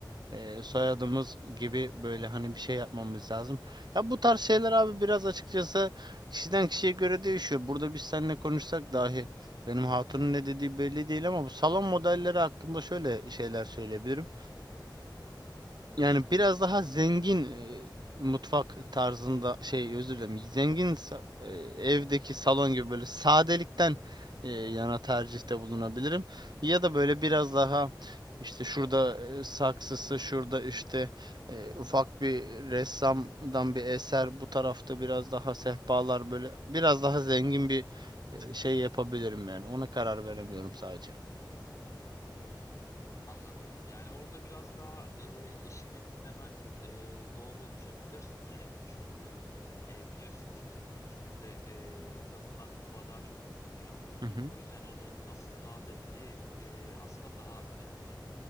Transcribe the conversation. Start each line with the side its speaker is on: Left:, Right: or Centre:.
Right: e, soyadımız gibi böyle hani bir şey yapmamız lazım. Ya bu tarz şeyler abi biraz açıkçası kişiden kişiye göre değişiyor. Burada biz seninle konuşsak dahi benim hatunun ne dediği belli değil ama bu salon modelleri hakkında şöyle şeyler söyleyebilirim. Yani biraz daha zengin e, mutfak tarzında şey özür dilerim zengin sa- e, evdeki salon gibi böyle sadelikten e, yana tercihte bulunabilirim. Ya da böyle biraz daha işte şurada e, saksısı şurada işte e, ufak bir ressamdan bir eser bu tarafta biraz daha sehpalar böyle biraz daha zengin bir e, şey yapabilirim yani ona karar veremiyorum sadece.
Left: Hmm, anladım. Yani Yani orada biraz daha e, eşini dinlemen e, doğru olacaktır. Niye? Çünkü e, biliyorsun ki bizim kültürümüzde e, kadınlar mutfağı daha çok kullanıyor.
Right: Hı hı.
Left: O yüzden onun nasıl rahat ettiği e, aslında daha önemli.